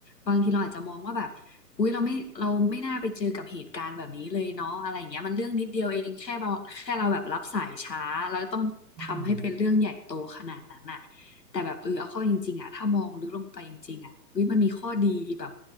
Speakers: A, on the left (about 85°); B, on the right (about 20°).
A: บางทีเราอาจจะมองว่าแบบอุ๊ยเราไม่เราไม่น่าไปเจอกับเหตุการณ์แบบนี้เลยเนาะอะไรอย่างเงี้ยมันเรื่องนิดเดียวเองแค่เราแค่เราแบบรับสายช้าแล้วต้องทำให้เป็นเรื่องใหญ่โตขนาดนั้นอ่ะ
B: อืม
A: แต่แบบเออเอาเข้าจริงๆอ่ะถ้ามองลึกลงไปจริงๆอ่ะอุ้ยมันมีข้อดีแบบ